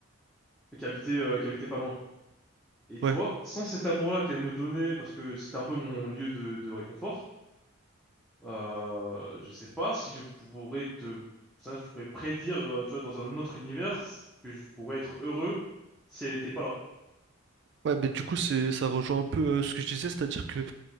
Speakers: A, in the centre; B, on the right.
A: qui habitait euh, qui habitait pas loin. Et tu
B: ouais.
A: vois, sans cet amour-là qu'elle me donnait, parce que c'était un peu mon lieu de, de réconfort, euh, je sais pas si je pourrais te, ça, je pourrais prédire, euh, tu vois, dans un autre univers que je pourrais être heureux si elle était pas là.
B: Ouais, mais du coup, c'est, ça rejoint un peu euh, ce que je disais, c'est-à-dire que